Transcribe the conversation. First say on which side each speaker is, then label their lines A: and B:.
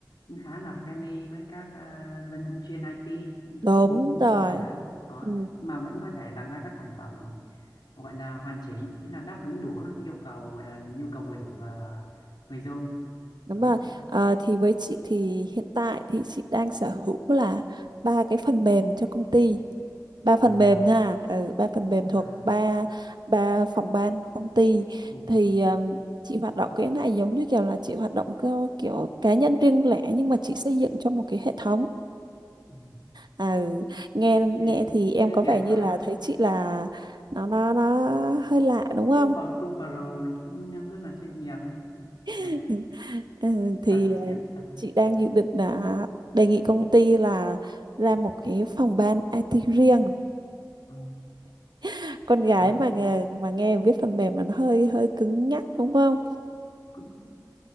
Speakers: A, on the left; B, on the right.
A: cũng khá là friendly với các à, dân thông chuyên IT như,
B: đúng
A: như
B: rồi
A: chị chẳng hạn. Đó,
B: ừ.
A: mà vẫn có thể làm ra các sản phẩm gọi là hoàn chỉnh nghĩa là đáp ứng đủ yêu cầu gọi là nhu cầu vừa đủ ờ, người dùng
B: đúng
A: đó
B: rồi Ờ, thì với chị thì hiện tại thì chị đang sở hữu là ba cái phần mềm cho công ty ba phần
A: à, mà
B: mềm nha ừ, ba phần mềm thuộc
A: à,
B: ba ba phòng ban của công ty
A: ừ,
B: thì ừm, chị hoạt động cái này giống như kiểu là chị hoạt động theo kiểu cá nhân riêng lẻ nhưng mà chị xây dựng cho một cái hệ thống
A: ừ.
B: À, nghe
A: Thế,
B: nghe thì em
A: thế
B: có
A: Việt
B: vẻ như
A: quá
B: là thấy chị là nó nó nó hơi lạ
A: cũng
B: đúng không?
A: cũng pro, cũng pro cũng rất là chuyên nghiệp này
B: <laughs>
A: Cái-
B: Ừ, thì
A: thật đấy
B: ờ,
A: chị ạ thật đấy.
B: chị đang dự định là đề nghị công ty là ra một cái phòng ban IT riêng.
A: Ờ,
B: <laughs> Con gái
A: đó,
B: mà
A: thế
B: nghe, mà nghe viết phần mềm là nó hơi hơi cứng nhắc đúng không?
A: cũng,